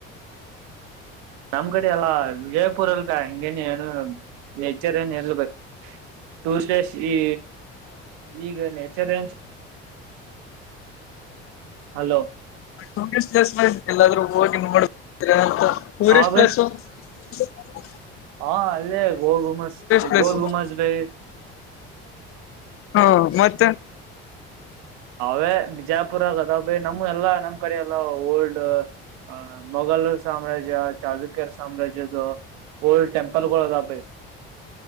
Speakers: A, on the right (about 80°); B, on the left (about 45°).
A: ನಮ್ ಕಡೆ ಎಲ್ಲಾ ವಿಜಯಪುರಲ್ಗ ಹಂಗಗೆನೆ ಏನು ಎಚ್ಚರಿ ನೀ ಇರ್ಲ್ಬೇಕ ಟೂಡೇಸ್ ಈ ಈಗ ನಚರ್ ಹಲೋ
B: ಟೂರಿಸ್ಟ್ ಪ್ಲೇಸ್ ಎಲ್ಲಾದ್ರೂ ಹೋಗಿ ನೋಡ್ ಅಂತ ಟೂರಿಸ್ಟ್
A: ಹಾ ಬೈ
B: ಪ್ಲೇಸು ಹ <inaudible>
A: ಹಾ ಅಲ್ಲ ಗೋಲ್ ಗುಮಸ
B: ಪ್ಲೇಸ್
A: ಗೋಲ್ ಗುಮಸ್ ಭೈ
B: ಹಾ ಮತ್ತೆ
A: ಹೇ <unintelligible> ಜಯಪುರ ಆಗದ ಬೇ ನಮ್ಗೆ ಎಲ್ಲಾ ನಮ್ ಕಡೆ ಎಲ್ಲ ಓಲ್ಡ್ ಅ ಮೊಘಲ್ ಸಾಮ್ರಾಜ್ಯ ಚಲುುಕ್ಯರ್ ಸಾಮ್ರಾಜ್ಯದ ಓಲ್ಡ್ ಟೆಂಪಲ್ ಗಳು ಅದ ಬೈ